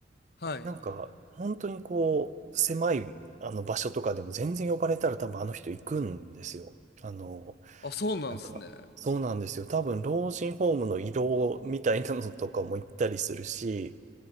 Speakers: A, on the left (about 60°); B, on the right (about 40°).
A: はい。
B: なんか本当にこう、狭いあの場所とかでも全然呼ばれたら多分あの人行くんですよ。あの、
A: あ、そうなんすね。
B: なんか、そうなんですよ。多分老人ホームの移動みたいなのとかも行ったりするし、